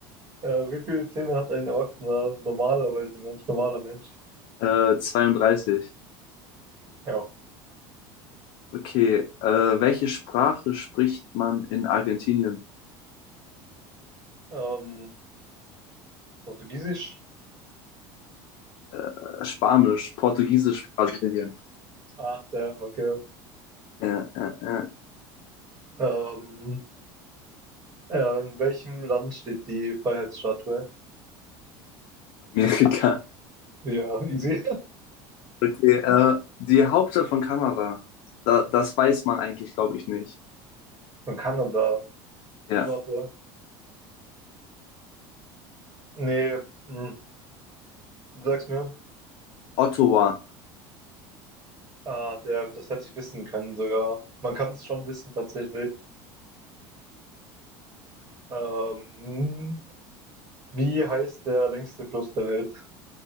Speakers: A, on the right (about 30°); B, on the left (about 60°).
A: Äh, wie viele Zähne hat ein Erwachsener normalerweise Mensch, normaler Mensch?
B: Äh, zweiunddreißig
A: Ja.
B: Okay. Äh, welche Sprache spricht man in Argentinien?
A: Ähm, Portugiesisch?
B: Äh, Spanisch, Portugiesisch, Brasilien.
A: Ach, der, okay.
B: Ja, ja, ja.
A: Ähm, äh, in welchem Land steht die Freiheitsstatue?
B: Amerika.
A: Ja, easy.
B: Okay. Äh, die Hauptstadt von Kanada. Da, das weiß man eigentlich, glaube ich, nicht.
A: <laughs> Von Kanada.
B: Ja.
A: Warte. Nee, mm, Du sagst mir.
B: Ottawa.
A: Ah, der das hätte ich wissen können sogar. Man kann es schon wissen tatsächlich. Ähm, wie heißt der längste Fluss der Welt?